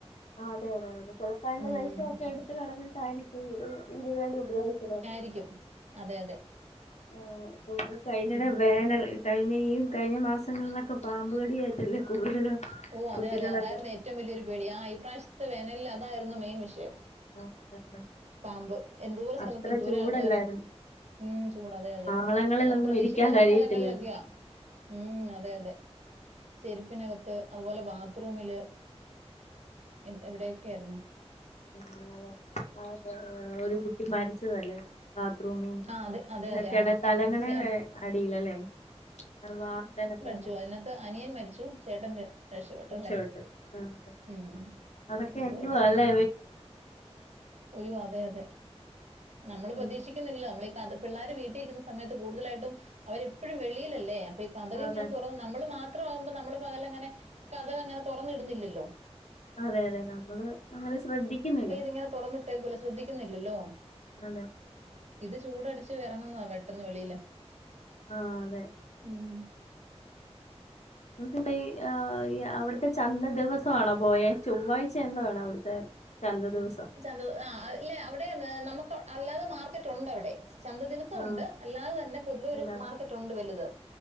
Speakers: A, on the left; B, on the right.
A: ആഹ് അതെ അതെ അതെ ചെലപ്പോ അതിന്റെ
B: ഉം.
A: വേഷമൊക്കെ എടുത്ത് കളഞ്ഞിട്ടായിരിക്കും ഇവര് ഇതിന് വേണ്ടി ഉപയോഗിച്ചത്
B: രിക്കും അതെ അതെ
A: ആഹ് <unintelligible> കഴിഞ്ഞടെ
B: ഉം.
A: വേനൽ കഴിഞ്ഞ ഈ കഴിഞ്ഞ മാസങ്ങളിലൊക്കെ പാമ്പ് കടിയേറ്റല്ലേ കൂടുതലും
B: ഓ അതെ
A: കുട്ടികളൊക്കെ
B: അതെ അതായിരുന്നു ഏറ്റവും വലിയൊരു പേടി ഈ പ്രാവശ്യത്തെ വേനനിൽ അതായിരുന്നു മെയിൻ വിഷയം
A: <unintelligible>
B: പാമ്പ് എന്തോരം
A: അത്ര
B: സ്ഥലത്ത് എന്തോരം
A: ചൂടല്ലായിരുന്നു
B: ആൾക്കാരാ ഉം ചൂട് അതെ അതെ
A: പാളങ്ങളിലൊന്നും
B: അതും പ്രതീക്ഷിക്കാത്ത
A: ഇരിക്കാൻ കഴിയത്തില്ലല്ലോ
B: സ്ഥലങ്ങളിലൊക്കെയാ ഉം അതെ അതെ ചെരുപ്പിനകത്ത് അതുപോലെ ബാത്ത്റൂമില് എ എവിടെയൊക്കെ ആയിരുന്നു
A: അതെ അതെ ഒരു കുട്ടി മരിച്ചതല്ലേ ബാത്റൂമീന്ന്
B: ആഹ് അതെ അതെ അതെ
A: അല്ല തലങ്ങണേടെ
B: ആഹ്.
A: അടിയിലല്ലേ വാർത്തെലൊക്കെ
B: ച്ചു അതിനകത്ത് അനിയൻ മരിച്ചു ചേട്ടൻ രക്ഷപ്പെട്ടല്ലേ
A: രക്ഷപെട്ട് അതെ
B: ഉം
A: അതൊക്കെ
B: ന്യൂസ്
A: എന്തുവാ
B: വായിച്ചായിരുന്നു
A: അല്ലെ
B: ഒയ്യോ അതെ അതെ നമ്മള്
A: ഉം
B: പ്രതീക്ഷിക് ക്കുന്നില്ലല്ലോ നമ്മൾ പിള്ളേര് വീട്ടിലിരിക്കുന്ന സമയത്ത് കൂടുതലായിട്ടും അവരെപ്പോഴും വെിളിയിലല്ലേ അപ്പൊ കതക്
A: അതെ
B: ഇങ്ങനെ തുറന്ന് നമ്മള് മാത്രമാകുമ്പോ നമ്മൾ പകല അങ്ങനെ കതക് അങ്ങനെ തുറന്നിടുന്നില്ലല്ലോ
A: അതെ അതെ നമ്മള് അങ്ങനെ ശ്രദ്ധിക്കുന്നില്ല
B: ഇങ്ങനെ തുറന്നി ട്ടേക്കൂല്ല ശ്രദ്ധിക്കുന്നില്ലല്ലോ
A: അതെ
B: ഇത് ചൂടടിച്ച് ഇറങ്ങുന്നതാ പെട്ടെന്ന് വെളിയില്
A: ആഹ് അതെ
B: ഉം
A: <unintelligible> ആഹ് അവിടുത്തെ ചന്ത ദിവസമാണോ പോയേ ചൊവ്വാഴ്ച എന്തോണവിടുത്തെ ചന്ത ദിവസം
B: ചന്ത ആഹ് അല്ലേ അവിടെ നമുക്ക് അല്ലാതെ മാർക്കറ്റ് ഉണ്ട് അവിടെ ചന്ത ദിവസം
A: ആ
B: ഉണ്ട് അല്ലാതെ തന്നെ പൊതുവെ ഒരു
A: അല്ലാതെ
B: മാർക്കറ്റ് ഉണ്ട് വലുത്